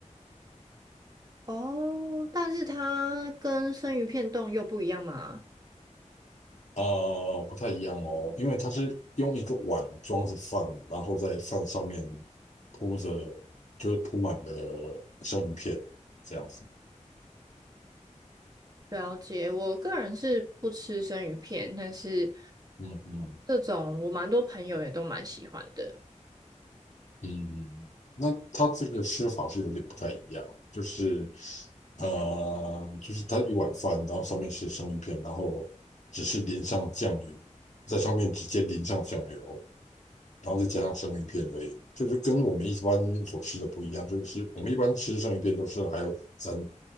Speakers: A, on the right; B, on the left.
A: 哦，但是它跟生鱼片冻又不一样嘛？
B: 啊，不太一样哦，因为它是用一个碗装着饭，然后在饭上面铺着，就是铺满了生鱼片这样子。
A: 了解。我个人是不吃生鱼片，但是
B: 嗯嗯
A: 这种我蛮多朋友也都蛮喜欢的。
B: 嗯，那它这个吃法是有点不太一样哦就是呃，就是它一碗饭，然后上面是生鱼片，然后只是淋上酱油，在上面直接淋上酱油，然后再加上生鱼片而已，就是跟我们一般所吃的不一样，就是我们一般吃生鱼片都是还有沾